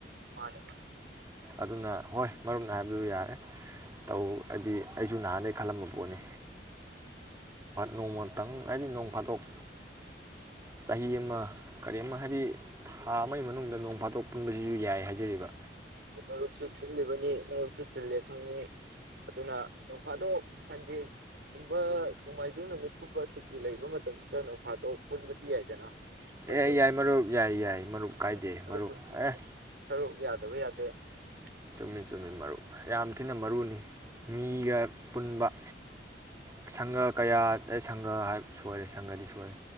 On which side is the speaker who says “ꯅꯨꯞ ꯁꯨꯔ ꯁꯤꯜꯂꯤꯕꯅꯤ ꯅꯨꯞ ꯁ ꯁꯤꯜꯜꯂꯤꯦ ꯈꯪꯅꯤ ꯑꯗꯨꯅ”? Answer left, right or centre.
Right